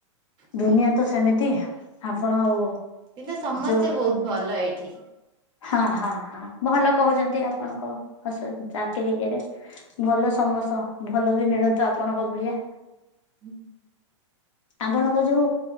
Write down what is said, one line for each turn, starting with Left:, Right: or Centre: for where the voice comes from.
Right: ହୁଁ
Left: ଦୁନିଆ ତ ସେମିତ ତି ଆପଣ ଆଉ
Right: କିନ୍ତୁ ସମସ୍ତେ
Left: ଯୋଉ
Right: ବହୁତ ଭଲ ଏଇଠି।
Left: ହଁ ହଁ ହଁ ହଁ ଭଲ କହୁଛନ୍ତି ଆପଣଙ୍କ ହସୁ ଜାକି ଇଏ ରେ। ଭଲ ସମସ୍ତ, ଭଲ ବି ମିଳନ୍ତୁ ଆପଣଙ୍କ ଭଳିଆ।
Right: ହୁଁ।
Left: ଆପଣଙ୍କ ଯୋଉ